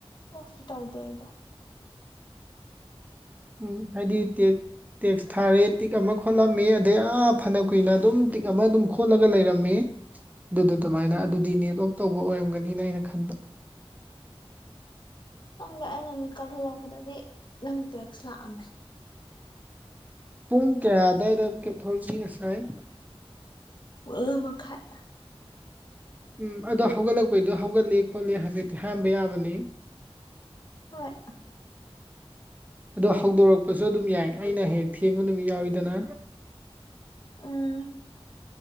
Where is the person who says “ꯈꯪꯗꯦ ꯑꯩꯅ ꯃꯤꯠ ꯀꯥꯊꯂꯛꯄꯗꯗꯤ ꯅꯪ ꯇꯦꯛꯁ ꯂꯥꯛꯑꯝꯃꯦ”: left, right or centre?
Left